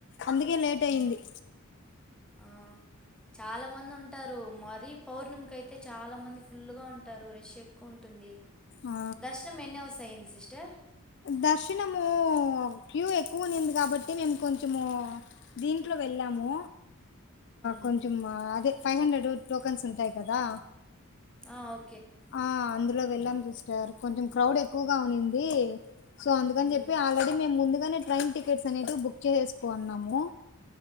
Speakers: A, on the left; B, in the centre.
A: అందుకే లేట్
B: ఆ,
A: అయింది
B: ఆ, చాలా మంది ఉంటారు మరీ పౌర్ణమిికయితే చాలా మంది ఫుల్ గా ఉంటారు రష్ ఎక్కువ ఉంటుంది
A: ఆ
B: దర్శనం ఎన్ని అవర్స్ అయింది సిస్టర్
A: దర్శనము క్యూ ఎక్కువ ఉనింది కాబట్టి మేము కొంచెము దీంట్లో వెళ్ళాము
B: మ్మ్.
A: కొంచెం అదే ఫైవ్ హండ్రెడ్ టోకెన్స్ ఉంటాయి కదా
B: ఆ ఓ
A: ఆ అందులో వెళ్ళాం సిస్టర్ కొంచెం క్రౌడ్ ఎక్కువగా ఉనింది సో అందుకని
B: మ్మ్,
A: చెప్పి ఆల్రెడీ మేం ముందుగానే ట్రైన్ టికెట్స్ అనేటివి బుక్ చేసేసుకున్నాము